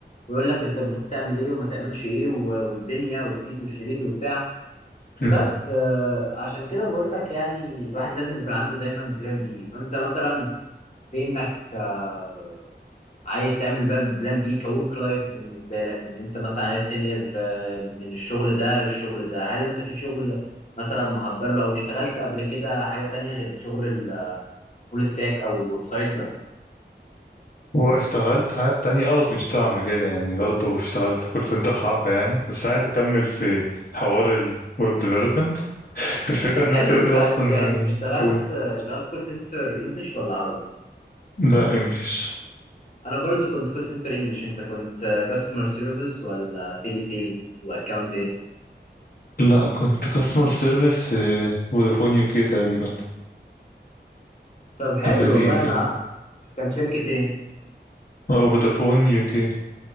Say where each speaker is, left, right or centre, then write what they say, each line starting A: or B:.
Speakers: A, on the left; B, on the left.
A: ويقول لك انت المفروض تعمل ايه وما تعملش ايه و- والدنيا والتيت والشريط وبتاع
B: مم.
A: بس آه، عشان كده بقول لك يعني الواحد لازم يكون عنده دايما بلان بي فانت مثلا في انك آه، عايز تعمل بلان بلان بي كورك لايف بالنسبه لك ان انت مثلا عايز تنقل آه، من الشغل ده للشغل ده هل انت في شغل مثلا محضر له او اشتغلت قبل كده حاجه تانية غير شغل الفول ستاك او الويب سايت ده
B: هو اشتغلت حاجات تانية اه بس مش تبع مجالي يعني برضه اشتغلت كول سنتر حبة يعني بس عايز اكمل في حوار الويب ديفلوبمنت الفكرة
A: طب
B: انها
A: حلو
B: كده
A: انت
B: كده اصلا
A: يعني
B: يعني
A: اشتغلت
B: قول
A: آه، اشتغلت كول سنتر انجلش ولا عربي
B: لا انجلش
A: انا برضو كنت كول سنتر انجلش انت كنت كاستمر سيرفيس ولا تيلي سيلز واكاونت ايه
B: لا كنت كاستمر سيرفيس في فودافون يو كي تقريبا
A: طب حلو
B: كان لذيذ
A: والله انا
B: يعني
A: كان شركة ايه
B: اه فودافون يو كي